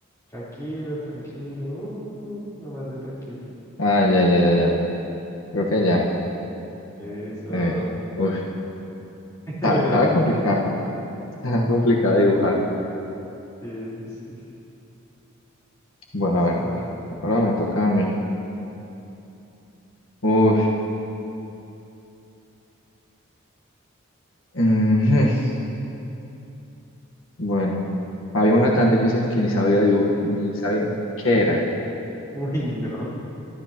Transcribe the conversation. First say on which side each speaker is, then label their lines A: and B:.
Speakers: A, on the left; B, on the left.
A: tranquilo, tranquilo, uh, nomás de tranquilo.
B: Ah, ya, ya, ya, ya. Creo que ya.
A: Eso,
B: Eh, uy.
A: <laughs>
B: ta- Estaba
A: re difícil,
B: complicada.
A: ¿no?
B: <laughs> Estaba complicada dibujar.
A: Sí, sí,
B: Bueno,
A: está
B: a ver. Ahora me
A: difícil.
B: toca a mí.
A: eh.
B: Uy. ujú.
A: A ver cómo es.
B: Bueno. Había una tan difícil que ni sabía dibujar, ni sabía qué era.
A: <laughs> Uy, no.